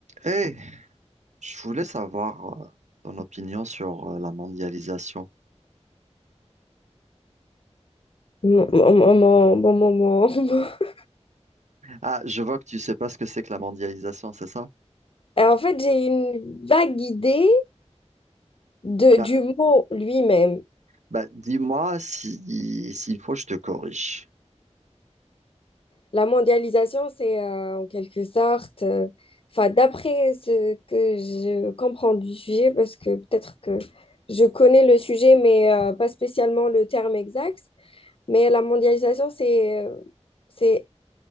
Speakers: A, on the right (about 80°); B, on the left (about 50°).
A: Eh, je voulais savoir euh, ton opinion sur euh, la mondialisation.
B: Maman, maman, bon moment. <laughs>
A: Ah, je vois que tu sais pas ce que c'est que la mondialisation, c'est ça?
B: Et en fait, j'ai une vague idée de,
A: Bah,
B: du mot lui-même.
A: bah, dis-moi si, s'il faut, je te corrige.
B: La mondialisation, c'est euh, en quelque sorte, euh, enfin, d'après ce que je comprends du sujet, parce que peut-être que je connais le sujet, mais euh, pas spécialement le terme exact. Mais la mondialisation, c'est euh, c'est,